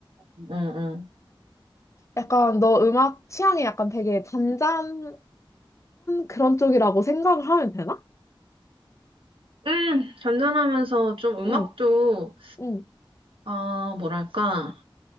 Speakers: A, on the right (about 80°); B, on the left (about 35°).
A: 음. 어어.
B: 약간 너 음악 취향이 약간 되게 잔잔한 그런 쪽이라고 생각을 하면 되나?
A: 음 잔잔하면서 좀 음악도
B: 응, 응.
A: 아 뭐랄까